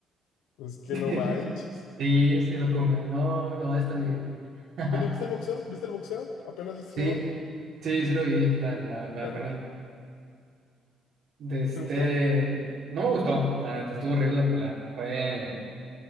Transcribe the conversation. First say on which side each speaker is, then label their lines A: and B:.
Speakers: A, on the left; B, on the right.
A: pues que
B: <laughs>
A: no manches.
B: Sí, se lo comió, no, lo va a destruir. <laughs>
A: Oye, ¿viste el boxeo? ¿Viste el boxeo? Apenas este
B: Sí,
A: sábado.
B: sí, sí lo vi, la, la,
A: Horrible,
B: la del canal.
A: ¿no?
B: De este,
A: ¿Te gustó?
B: no me gustó, la neta, estuvo horrible la pelea. Fue,